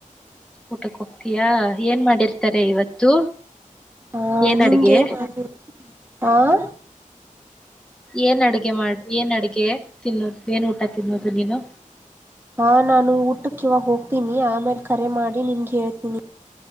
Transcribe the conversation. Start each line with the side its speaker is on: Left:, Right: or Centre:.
Centre: ಊಟಕ್ಕೆ ಹೋಗ್ತೀಯಾ ಏನ್ ಮಾಡಿರ್ತಾರೆ ಇವತ್ತು?
Right: ಹ
Centre: ಏನ್
Right: ನಿಂಗೆನ
Centre: ಅಡ್ಗೆ
Right: ಮಾಡ <inaudible> ಹ
Centre: ಏನ್ ಅಡ್ಗೆ ಮಾಡ ಏನ್ ಅಡಿಗೆ? ತಿನ್ನೋದು ಏನ ಊಟ ತಿನ್ನೋದು ನೀನು?
Right: ಹಾ ನಾನು ಊಟಕ್ಕೆ ಇವಾಗ ಹೋಗ್ತೀನಿ ಆಮೇಲೆ ಕರೆ ಮಾಡಿ ನಿನ್ಗೆ ಹೇಳ್ತೀನಿ